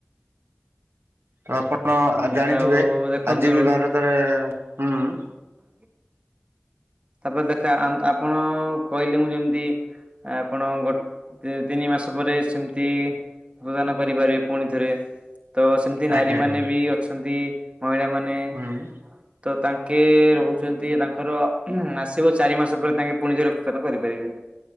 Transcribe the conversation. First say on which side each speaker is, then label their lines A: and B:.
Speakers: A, on the right; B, on the right.
A: ତ ଆପଣ ଜାଣିଥିବେ
B: ଆଉ ଦେଖନ୍ତୁ
A: ଆଜି ବି ଭାରତରେ ହୁଁ
B: ଆ ତାପରେ ଦେଖା ଆମ୍ ଆପଣ କହିଲେ ମୁଁ ଯେମିତି ଆପଣ ଗୋଟ ତ ତିନି ମାସ ପରେ ସେମିତି ରକ୍ତଦାନ କରିପାରିବେ ପୁଣିଥରେ। ତ ସେମିତି
A: ଆଜ୍ଞା
B: ନାରୀମାନେ
A: ଆଜ୍ଞା
B: ବି ଅଛନ୍ତି ମହିଳାମାନେ
A: ହୁଁ।
B: ତ ତାଙ୍କେ ରହୁଛନ୍ତି ତାଙ୍କର ହୁଁ ଆସିବ ଚାରି ମାସ ପରେ ତାଙ୍କେ ପୁଣିରେ ରକ୍ତଦାନ କରିପାରିବେ।